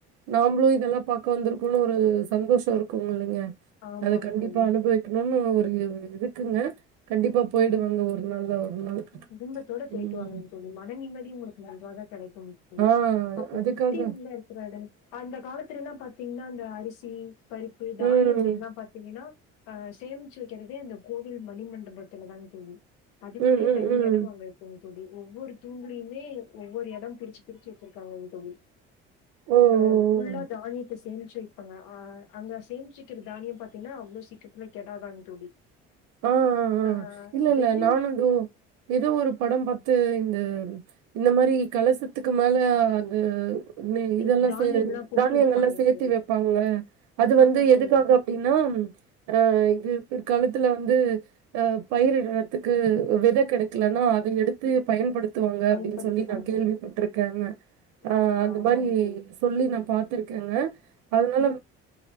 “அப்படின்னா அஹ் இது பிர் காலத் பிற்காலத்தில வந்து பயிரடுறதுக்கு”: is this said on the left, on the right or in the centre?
Right